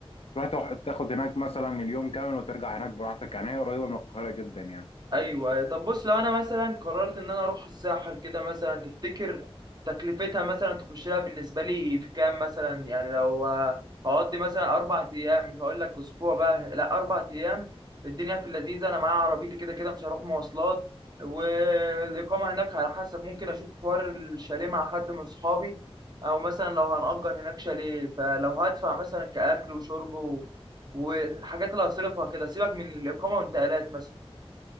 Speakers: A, on the left; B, on the right.
A: تروح تاخد تاخد هناك مثلا اليوم كامل وترجع هناك براحتك يعني هي قريبه من القاهره جدا يعني
B: ايوه أيوة. طب بص لو انا مثلا قررت ان انا اروح الساحل كده مثلا تفتكر تكلفتها مثلا تخش لها بالنسبه لي في كام مثلا يعني لو هقضي مثلا اربع ايام مش هقول لك اسبوع بقى لا اربع ايام الدنيا في اللذيذه انا معايا عربيتي كده كده مش هروح مواصلات والاقامه هناك على حسب ممكن اشوف حوار الشاليه مع حد من اصحابي او مثلا لو هنأجر هناك شاليه فلو هدفع مثلا كاكل وشرب و- والحاجات اللي هصرفها كده سيبك من الاقامه والانتقالات مثلا